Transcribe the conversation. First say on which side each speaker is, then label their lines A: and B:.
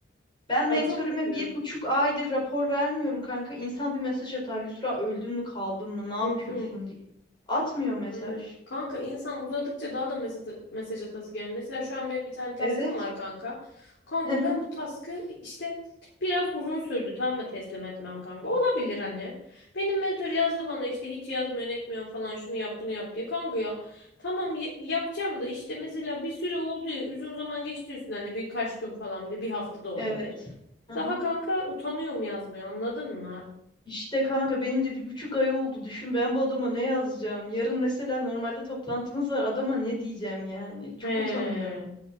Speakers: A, on the left (about 25°); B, on the left (about 85°).
A: Ben mentörüme
B: Ay çok kötü.
A: bir buçuk aydır rapor vermiyorum kanka. İnsan bir mesaj atar. Yusra öldün mü kaldın mı ne yapıyorsun
B: Hı hı.
A: diye. Atmıyor mesaj.
B: Aynen. Kanka insan uzadıkça daha da mesaj, mesaj atası gelmiyor. Mesela şu an benim bir tane task'ım
A: Evet.
B: var kanka. Kanka
A: <laughs>
B: ben bu task'ı işte biraz uzun sürdü tamam mı teslim etmem kanka. Olabilir hani. Benim mentor yazdı bana işte hiç yazmıyorsun etmiyorsun falan şunu yap bunu yap diye. Kanka ya tamam y- yapacağım da işte mesela bir süre oldu ya uzun zaman geçti üstünden hani birkaç gün falan bile bir hafta da olabilir.
A: Evet. <laughs>
B: Daha kanka utanıyorum yazmaya anladın mı?
A: İşte kanka benim de bir buçuk ay oldu. Düşün ben bu adama ne yazacağım? Yarın mesela normalde toplantımız var. Adama ne diyeceğim yani? Çok
B: He.
A: utanıyorum.